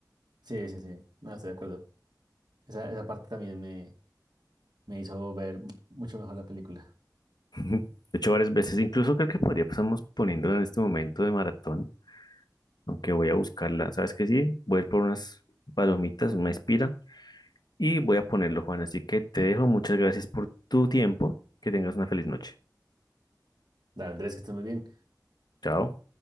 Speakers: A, on the right; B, on the left.
A: sí, sí, sí, no estoy de acuerdo. Esa, esa parte también me, me hizo ver mu- mucho mejor la película.
B: Ujú. He hecho varias veces, incluso creo que podría pasamos poniéndola en este momento de maratón, aunque voy a buscarla. ¿Sabes qué? Sí, voy a ir por unas palomitas, una espira, y voy a ponerlo, Juan. Así que te dejo, muchas gracias por tu tiempo, que tengas una feliz noche.
A: Dale, Andrés, que estés muy bien.
B: Chao.